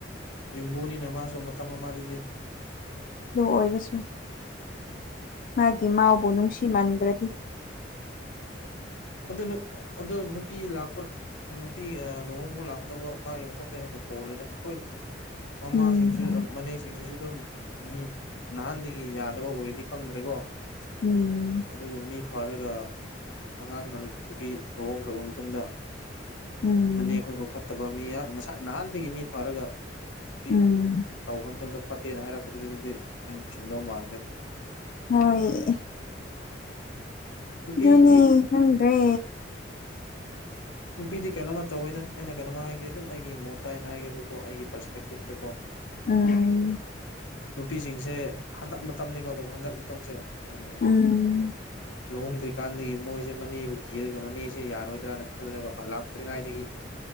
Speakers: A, on the left; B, on the left.
A: ꯌꯨꯝꯕꯨꯅꯤꯅ ꯃꯥꯁꯨ ꯃꯇꯝ ꯑꯃꯗꯗꯤ
B: ꯑꯗꯨ ꯑꯣꯏꯔꯁꯨ ꯃꯥꯒꯤ ꯃꯥꯎꯕꯨ ꯅꯨꯡꯁꯤꯃꯟꯗ꯭ꯔꯗꯤ
A: ꯑꯗꯨꯅ ꯑꯗꯨ ꯅꯨꯄꯤ ꯂꯥꯛꯄ ꯎꯝ ꯅꯨꯄꯤ ꯑ ꯂꯨꯍꯣꯡꯕ ꯂꯥꯛꯀꯇꯕ ꯃꯥꯒꯤ ꯃꯊꯛꯇ ꯍꯦꯟꯅ ꯄꯣꯜꯂꯦꯗ ꯍꯣꯏ ꯃꯃꯥꯁꯤꯡꯁꯨ
B: ꯎꯝ
A: ꯃꯅꯦꯁꯤꯡꯁꯤꯁꯨ ꯑꯗꯨꯝ ꯃꯤ ꯅꯍꯥꯟꯗꯒꯤ ꯌꯥꯗꯕ ꯑꯣꯏꯔꯗꯤ ꯈꯪꯗ꯭ꯔꯦꯀꯣ
B: ꯎꯝ
A: ꯑꯗꯨꯕꯨ ꯃꯤ ꯐꯔꯒ ꯑꯉꯥꯡꯅ ꯅꯨꯄꯤ ꯂꯨꯍꯣꯡꯈ꯭ꯔꯕ ꯃꯇꯨꯡꯗ
B: ꯎꯝ
A: ꯃꯅꯦ ꯈꯣꯏꯕꯨ ꯐꯠ ꯇꯕ ꯃꯤ ꯅꯍꯥꯟꯗꯒꯤ ꯃꯤ ꯐꯔꯒ ꯅꯨꯄꯤ
B: ꯎꯝ
A: ꯇꯧꯈ꯭ꯔ ꯃꯇꯨꯡꯗ ꯐꯠꯇꯦꯅ ꯍꯥꯏꯔꯛꯄꯗꯨꯗꯗꯤ ꯑꯗꯨꯗꯤ ꯑꯩꯅ ꯆꯨꯝꯗꯧ ꯃꯥꯟꯗꯦ
B: ꯍꯣꯏ
A: ꯅꯨꯄꯤꯗꯤ
B: ꯑꯗꯨꯅꯤ ꯈꯪꯗ꯭ꯔꯦ
A: ꯅꯨꯄꯤꯗꯤ ꯀꯩꯅꯣꯃ ꯇꯧꯋꯦꯗ ꯑꯩꯅ ꯀꯩꯅꯣꯃ ꯍꯥꯏꯒꯦ ꯑꯗꯨꯝ ꯑꯩꯒꯤ ꯃꯣꯠꯇ ꯍꯥꯏꯅ ꯍꯥꯏꯒꯦꯕꯨꯀꯣ ꯑꯩꯒꯤ ꯄꯔꯁꯄꯦꯛꯇꯤꯞꯇ ꯀꯣ
B: ꯎꯝ
A: ꯅꯨꯄꯤꯁꯤꯡꯁꯦ ꯍꯟꯗꯛ ꯃꯇꯝꯅꯤꯀꯣ ꯑꯗꯨ ꯍꯟꯗꯛ ꯃꯇꯝꯁꯦ ꯎꯝ
B: ꯎꯝ
A: ꯂꯨꯍꯣꯡꯗ꯭ꯔꯤꯀꯥꯟꯗꯒꯤ ꯃꯣꯏꯁꯦ ꯃꯅꯦꯕꯨ ꯀꯤꯔꯒ ꯃꯅꯦꯁꯦ ꯌꯥꯔꯣꯏꯗ꯭ꯔꯥꯅ ꯈꯜꯂꯦꯕ ꯂꯥꯛꯇ꯭ꯔꯤꯉꯩꯗꯒꯤ